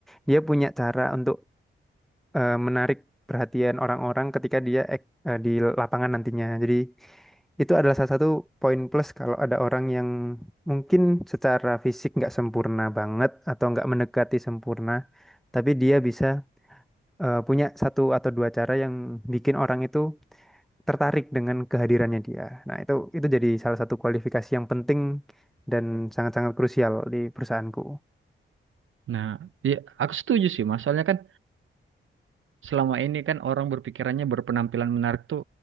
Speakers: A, in the centre; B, on the right (about 70°).
A: dia punya cara untuk eh, menarik perhatian orang-orang ketika dia ek- eh, di lapangan nantinya. Jadi itu adalah salah satu poin plus kalau ada orang yang mungkin secara fisik nggak sempurna banget atau nggak mendekati sempurna, tapi dia bisa eh, punya satu atau dua cara yang bikin orang itu tertarik dengan kehadirannya dia. Nah, itu itu jadi salah satu kualifikasi yang penting dan sangat-sangat krusial di perusahaanku.
B: Nah, ya aku setuju sih, Mas. Soalnya kan selama ini kan orang berpikirannya berpenampilan menarik tuh